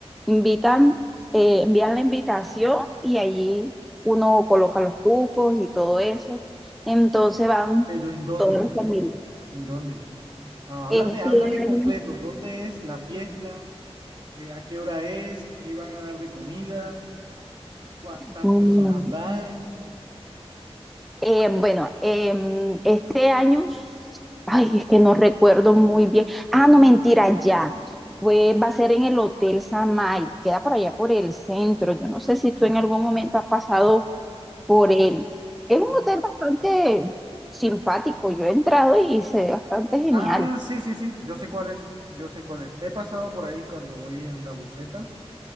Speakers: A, in the centre; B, on the right (about 45°).
A: Invitan, eh, envían la invitación y allí uno coloca los cupos y todo eso. Entonces van
B: Pero ¿en dónde?
A: todas las familias.
B: ¿En dónde? Ah,
A: Este
B: háblame, háblame completo.
A: año,
B: ¿Dónde es la fiesta? Eh, ¿a qué hora es? ¿Qué van a dar de comida? ¿Cuántas
A: mm,
B: personas van?
A: Eh, bueno, em, este año, ay, es que no recuerdo muy bien. Ah, no, mentira, ya. Fue, va a ser en el Hotel Samay, queda por allá por el centro. Yo no sé si tú en algún momento has pasado por él. Es
B: Ok.
A: un hotel bastante simpático. Yo he entrado y se ve bastante genial.
B: Ah, sí, sí, sí, yo sé cuál es, yo sé cuál es. He pasado por ahí cuando voy en la buseta,